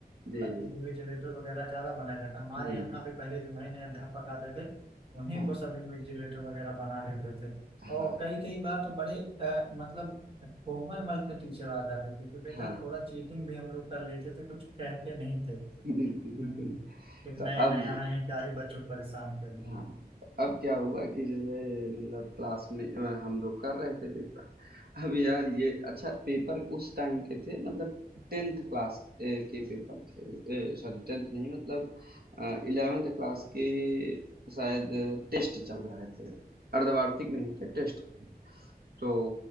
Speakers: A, on the right; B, on the right.
A: जी जी
B: इन्विजिलेटर वगैरह ज्यादा बनाया जाता है। हमारे
A: हम्म
B: यहाँ भी पहले जो नए नए अध्यापक आते थे उन्हीं
A: हाँ
B: को सब इन्विजिलेटर वगैरह बना देते थे और
A: हाँ
B: कई कई बार तो बड़े अ, मतलब कोमल मल के टीचर आ जाते थे कि बेटा
A: हाँ
B: थोड़ा चीटिंग भी हम लोग कर लेते थे कुछ कहते नहीं थे
A: <laughs> बिल्कुल
B: हम्म
A: बिल्कुल
B: कि नए
A: तो
B: नए
A: अब
B: आए हैं क्या ही बच्चों को परेशान कर रहे हैं
A: हाँ अब क्या हुआ कि जो है मतलब क्लास में अ, हम लोग कर रहे थे पेपर अब यार ये अच्छा पेपर उस टाइम के थे मतलब टेंथ क्लास के पेपर थे सॉरी टेंथ नहीं मतलब इलेवेंथ क्लास के शायद टेस्ट चल रहे थे अर्धवार्षिक नहीं थे टेस्ट थे तो